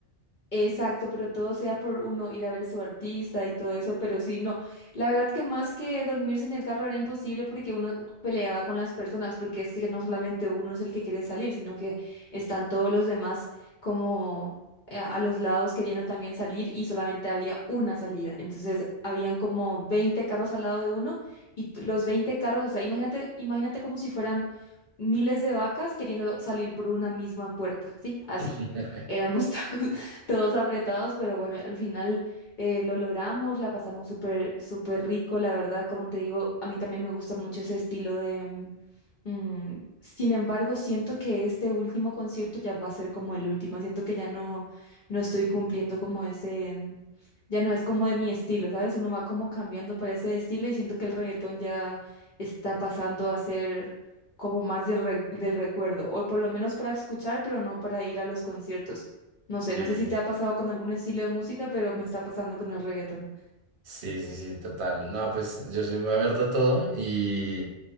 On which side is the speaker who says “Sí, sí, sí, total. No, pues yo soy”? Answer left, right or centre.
Right